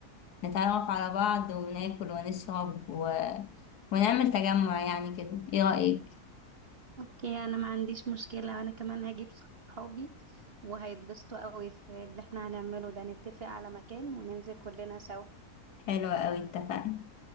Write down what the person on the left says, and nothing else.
نتعرف على بعض وناكل ونشرب و... ونعمل تجمع يعني كده ايه رأيك؟
حلوة أوي اتفقنا